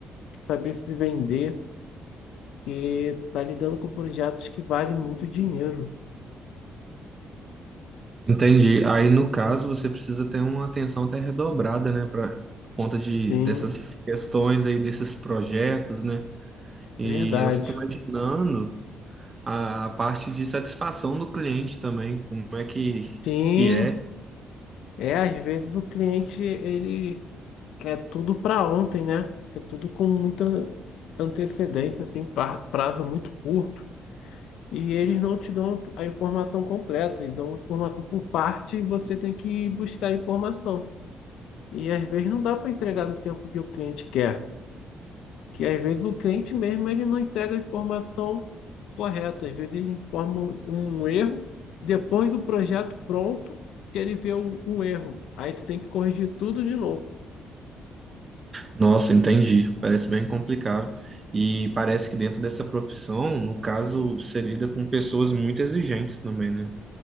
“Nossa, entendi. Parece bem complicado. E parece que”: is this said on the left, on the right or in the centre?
Right